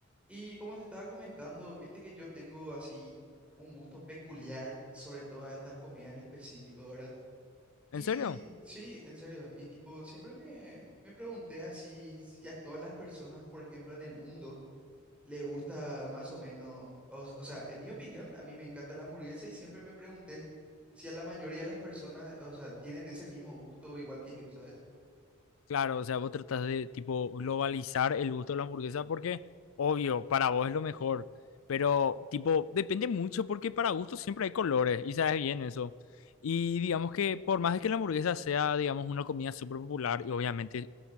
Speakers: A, in the centre; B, on the left.
A: Y como te estaba comentando, viste que yo tengo así un gusto peculiar sobre todas estas comidas en específico, ¿verdad? Y
B: ¿En serio?
A: sí, en serio, y tipo, siempre me, me pregunté así si a todas las personas, por ejemplo, en el mundo, le gusta más o menos, o, s- o sea, en mi opinión, a mí me encanta la hamburguesa y siempre me pregunté si a la mayoría de las personas, o sea, tienen ese mismo gusto igual que yo, ¿sabes?
B: Claro, o sea, vos tratás de tipo globalizar el gusto de la hamburguesa porque, obvio, para vos es lo mejor, pero tipo, depende mucho porque para gustos siempre hay colores y sabes bien eso. Y digamos que por más de que la hamburguesa sea, digamos, una comida súper popular y obviamente,